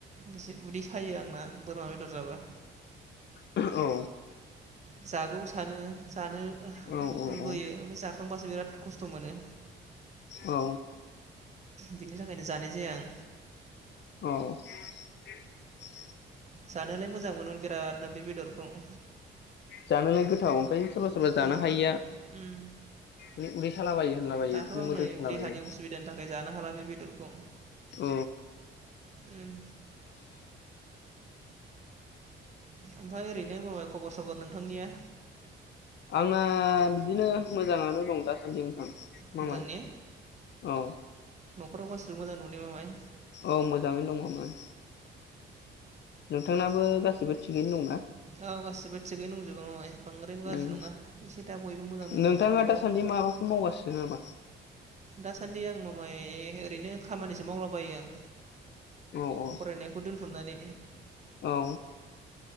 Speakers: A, on the right; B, on the left.
A: जसे उदै सायो आंना। बोरमा बेदर जाबा।
B: औ।
A: जागौ थानो जानो
B: औ औ
A: लुबैयो ओमफ्राय जाखांबासो बिराद खस्थ' मोनो।
B: औ
A: बिनि थाखायनो जानाय जाया आं।
B: औ <unintelligible>
A: जानोलाय मोजां मोनोमोन बिराद नों बे बेदरखौ औ।
B: जानोलाय गोथाव ओमफ्राय सोरबा सोरबा जानो
A: ओम
B: हायिया माने उदै सालाबायो होनलाबायो
A: दाथ'
B: बिदिनो
A: आं
B: मोदोम
A: नै
B: सालाबायो
A: देहानि उसुबिदानि थाखाय जानो हाला बे बेदरखौ।
B: औ।
A: उम ओमफफ्राय ओरैनो माबा खबर सबर नोंथांनिया?
B: आंना बिदिनो मोजाङानो दं दासान्दि नोंथां। माबाय
A: मोजां ने
B: औ।
A: न'खराव गासिबो मोजां दंने मामाय?
B: औ मोजाङै दङ मामाय। नोंथांनाबो गासिबो थिगैनो दं ना?
A: औ गासिबो थिगै दंजोबो मामाय। बांद्रायबो गाज्रि
B: उम
A: नङा एसे दा बयबो मोजां दंजोबो
B: नोंथाङा
A: न'खराव।
B: दासान्दि माबाफोर मावगासिनो नामा?
A: दासान्दि आं ओरैनो खामानिसो मावलाबायो आं।
B: औ औ
A: फरायनायखौ दोनथ'नानै।
B: औ